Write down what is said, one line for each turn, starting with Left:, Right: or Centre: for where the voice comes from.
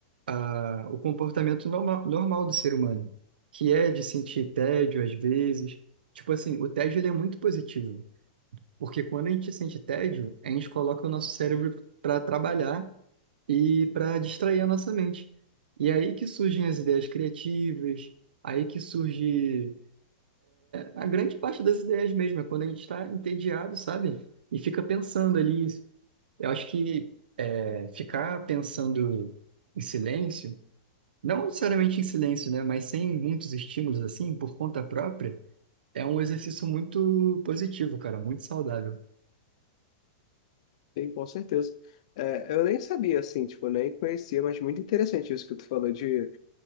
Right: a, o comportamento normal, normal do ser humano, que é de sentir tédio às vezes. Tipo assim, o tédio ele é muito positivo, porque quando a gente sente tédio, a gente coloca o nosso cérebro para trabalhar e para distrair a nossa mente. E é aí que surgem as ideias criativas, aí que surge a grande parte das ideias mesmo é quando a gente está entediado, sabe? E fica pensando ali. Eu acho que é, ficar pensando em silêncio, não necessariamente em silêncio, né? Mas sem muitos estímulos assim, por conta própria, é um exercício muito positivo, cara, muito saudável.
Left: Sim, com certeza. É, eu nem sabia, assim, tipo, nem conhecia, mas muito interessante isso que tu falou de